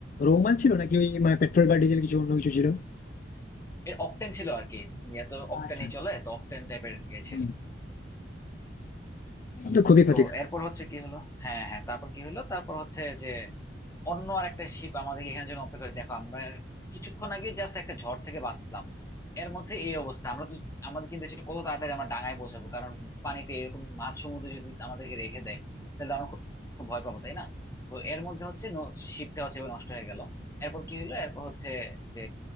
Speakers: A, on the left; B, on the left.
A: রোমাল ছিল নাকি ওই মানে পেট্রোল বা ডিজেল কিছু অন্য কিছু ছিল
B: এর অকটেন ছিল আর কি এত অকটেনই
A: আচ্ছা আচ্ছা
B: চলে
A: আচ্ছা।
B: তো অকটেন টাইপের ইয়ে ছিল
A: হুম, তো খুবই ক্ষতি
B: তো এরপর হচ্ছে কি হলো হ্যাঁ হ্যাঁ তারপর কি হলো তারপর হচ্ছে যে অন্য আর একটা শিপ আমাদের এখানে জন্য অপেক্ষা করে দেখো আমরা কিছুক্ষণ আগে জাস্ট একটা ঝড় থেকে বাঁচলাম এর মধ্যে এই অবস্থা আমরা তো আমাদের চিন্তা ছিল কত তাড়াতাড়ি আমরা ডাঙায় পৌঁছাবো কারণ পানিতে এরকম মাঝ সমুদ্রে যদি আমাদেরকে রেখে দেয় তাহলে আমরা খুব খুব ভয় পাবো তাই না তো এর মধ্যে হচ্ছে ন- শিপটা হচ্ছে এবার নষ্ট হয়ে গেল এরপর কি হলো এরপর হচ্ছে যে